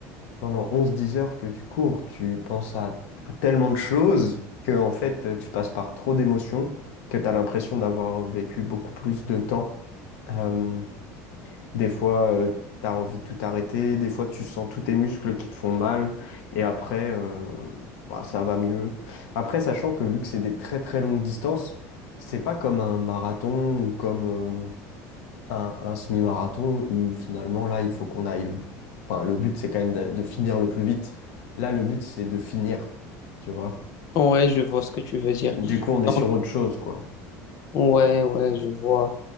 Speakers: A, on the left; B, on the left.
A: pendant 11 10 heures que tu cours, tu penses à tellement de choses que, en fait, euh, tu passes par trop d'émotions que t'as l'impression d'avoir vécu beaucoup plus de temps. Euh, des fois, euh, tu t'as envie de tout arrêter, des fois, tu sens tous tes muscles qui te font mal, et après, euh, bah, ça va mieux. Après, sachant que vu que c'est des très très longues distances, c'est pas comme un marathon ou comme euh, un, un semi-marathon où finalement, là, il faut qu'on aille. Enfin, le but, c'est quand même de, de finir le plus vite. Là, le but, c'est de finir, tu vois.
B: Ouais, je vois ce que tu veux dire.
A: Du coup, on est
B: Donc,
A: sur autre chose, quoi.
B: ouais, ouais, je vois.